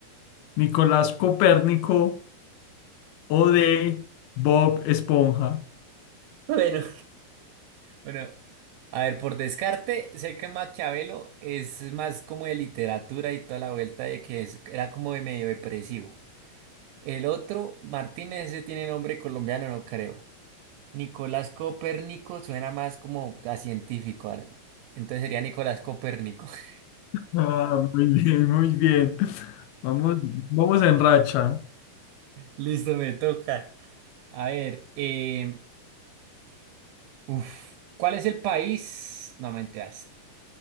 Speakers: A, on the left; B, on the right.
A: Nicolás Copérnico. O D. Bob Esponja.
B: Bueno, Bueno, a ver, por descarte, sé que Maquiavelo es más como de literatura y toda la vuelta de que es- era como de medio depresivo. El otro, Martínez, ese tiene nombre colombiano, no creo. Nicolás Copérnico suena más como a científico. al- Entonces sería Nicolás Copérnico. <laughs>
A: Ah, muy bien, muy bien. Vamos, vamos en racha.
B: Listo, me toca. A ver, eh, uf, ¿cuál es el país? No mentiras.